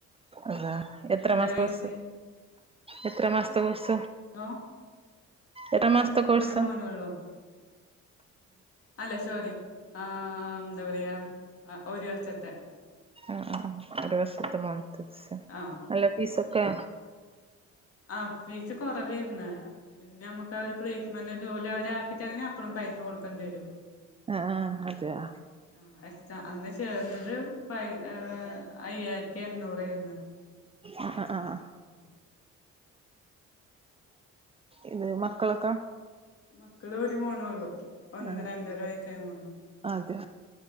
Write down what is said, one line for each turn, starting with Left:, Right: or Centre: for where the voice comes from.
Right: അതാ എത്ര മാസ
Left: കഴിച്ചേ
Right: ത്തെ കൊർസ എത്ര മാസത്തെ കൊർസ
Left: <unintelligible>
Right: എത്ര മാസത്തെ
Left: എനിക്കൊരു
Right: കൊർസാ
Left: മോനൊള്ളൂ അല്ല സോറി ആഹ് എന്താ പറയാ ഒരു വർഷത്തെ
Right: ആഹ് ആഹ് ഒരു വർഷത്തെ മൻ തച്ച
Left: ആഹ്
Right: അല്ലാത്തിസൊക്കെ
Left: ആ ഫീസ് കൊറവെരന്ന് പിന്നെ നമുക്ക് അവര് പ്ലേസ്മെന്റ് ജോലി അവ കിട്ടാണങ്ങി അപ്പഴും പൈസ കൊടുക്കേണ്ടിവരും
Right: ആഹ് ആഹ് അതെയൊ
Left: ആ എസ് അന്ന് ചേർന്നത് പ അയ്യായിരത്തി എണ്ണൂറായിരുന്ന്
Right: ആഹ് ആഹ്
Left: ഉം <unintelligible>
Right: ഇത്
Left: ആഹ്
Right: മക്കളൊക്കെ
Left: മക്കള് ഒരു മോന ഉള്ളു ഒന്ന്
Right: ആ
Left: രണ്ടര വയസ്സായ മോന്-
Right: അതെ